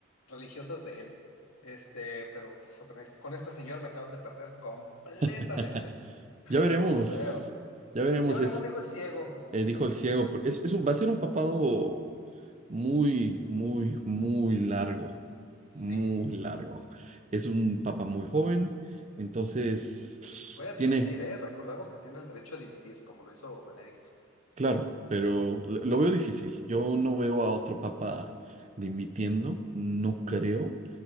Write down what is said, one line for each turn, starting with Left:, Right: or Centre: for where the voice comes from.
Left: religiosas de él. Este, pero pf, con este, con este señor me acaban de perder completamente.
Right: <laughs> ya
Left: Pero
Right: veremos,
Left: veo.
Right: ya veremos,
Left: Ya veremos, dijo el ciego.
Right: Eh, dijo el ciego, pero es, es un- va a ser un papado muy, muy, muy largo, muy
Left: Sí,
Right: largo. Es un papa muy joven, entonces
Left: puede dimitir,
Right: tiene,
Left: ¿eh? Recordemos que tiene el derecho a dimitir, como lo hizo Benedicto.
Right: claro, pero lo lo veo difícil. Yo no veo a otro papa dimitiendo, no creo,